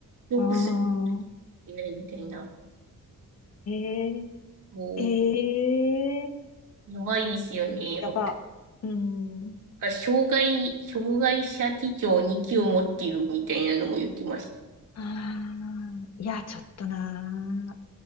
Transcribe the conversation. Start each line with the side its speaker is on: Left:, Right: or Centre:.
Right: 良くす
Left: ああ、
Right: るないみたいな。
Left: え
Right: こ
Left: えええ
Right: う、やばいですよね。
Left: やば。
Right: おなん
Left: うん。
Right: か、障害、障害者手帳に級を持っているみたいなのも言ってました。
Left: ああ、いや、ちょっとなー、